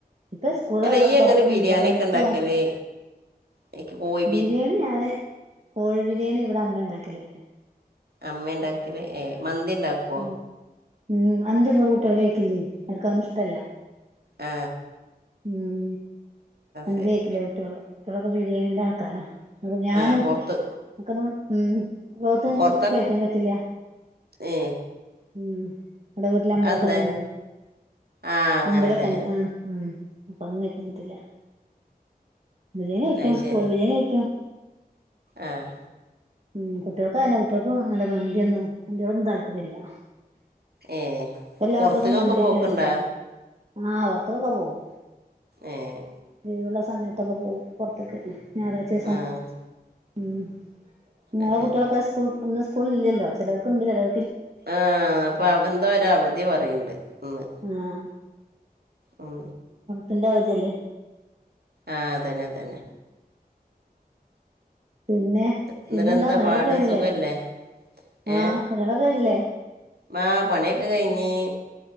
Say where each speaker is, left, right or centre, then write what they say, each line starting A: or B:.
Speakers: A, on the right; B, on the right.
A: ഇപ്പൊ സ്കൂള
B: അല്ല ഇയ്യ്
A: തുറക്കനും
B: എങ്ങനെ ബിരിയാണി
A: പടിത്തോ
B: ഒക്കെ ഉണ്ടാക്കല് എനിക്ക് കോഴി
A: ബിരിയാണി ഞാന് കോഴി ബിരിയാണി ഇവിടെ അമ്മണ്ടാക്കല്
B: അമ്മെണ്ടാക്കല് ഏ മന്തി ഇണ്ടാക്കുവോ
A: ഉം ഉം മന്ത്യൊന്നു ഇവ്ടെ കുട്ട്യാൾ കഴിക്കില്ലേ അവർക്കന്നും ഇഷ്ടല്ല
B: ആ
A: ഉം മന്തികക്കലേ
B: ശരി
A: കുട്ട്യോള് കുട്ട്യോളൊക്കെ ബിരിയാണിന്റെ ആൾക്കാരാ അ ഞാനും
B: ആഹ് പൊറത്ത്
A: നക്കൊന്നും ഉം ലോകത്ത്ക്ക്
B: പൊറത്തൊക്കെ
A: കഴിക്കാൻ പറ്റില്ല
B: ഏ
A: ഉം ഇവിടെ വീട്ടിലമ്പലൊക്കെള്ളതോണ്ടേ
B: അതെന്താ ആഹ് അങ്ങനെല്ലേ
A: അമ്പലൊക്കെണ്ട് ആ ഉം അപ്പ അന്നും കഴിക്കാൻ പറ്റില്ല ബിരിയാണികയിക്കാ
B: അത് ശരി
A: കോഴി ബിരിയാണികയിക്കാ
B: ആഹ്
A: ഉം കുട്ട്യോക്ക് അയെന്നെ കുട്ട്യോക്ക് എന്താ മന്തിയൊന്നും മന്തിയോടൊന്നും താല്പര്യല്ല
B: ഏ
A: ഇപ്പെല്ലാ
B: പൊറത്തേക്കൊക്കെ
A: കുട്ട്യള്ക്കും മന്തിയൊക്കേണ്
B: പോക്കുണ്ടോ
A: ഇഷ്ടം ആഹ് പൊറ്ത്ത്ക്കൊക്കേ പോവും
B: ഏഹ്
A: എഴ്വ്ള്ള സമയത്തൊക്ക പോവും പൊറ്ത്ത്ക്ക് ഞായറാഴ്ചേസം
B: ആഹ്
A: ഉം ഇങ്ങളെ
B: അത് ശരി
A: കുട്ട്യളൊക്കെ സ്കൂൾ ഇന്ന് സ്കൂള് ഇല്ലല്ലോ ചെലോല്ക്ക്ണ്ട് ചെലോ
B: ആഹ് അപ്പൊ ആഹ് എന്തോരവധി പറയണ്ട് ഇന്ന്
A: ആഹ്
B: ഉം
A: തിന്റെ അവധിയല്ലെ
B: ആഹ് അതന്നെ അതന്നെ
A: പിന്നെ
B: എന്നിട്ട്
A: പിന്നെന്താ
B: എന്താ
A: പണിയളൊക്കെ
B: പാട്
A: കഴിഞ്ഞില്ലേ
B: സുഖല്ലേ
A: ആഹ്
B: ഏഹ്
A: പണികളൊക്കെ കഴിഞ്ഞില്ലേ
B: മാ പണിയൊക്ക കഴിഞ്ഞ്